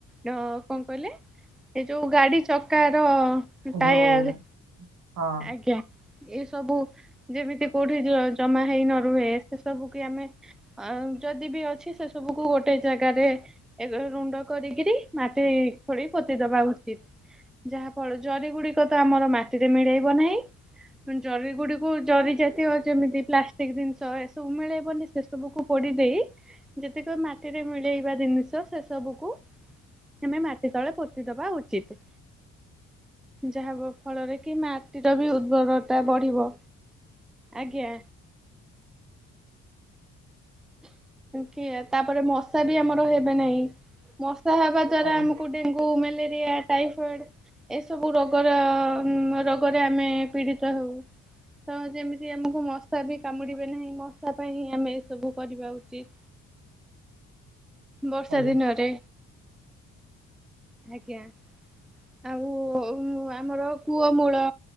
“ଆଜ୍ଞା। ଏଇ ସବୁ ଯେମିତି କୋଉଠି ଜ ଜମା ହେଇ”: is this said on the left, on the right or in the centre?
Centre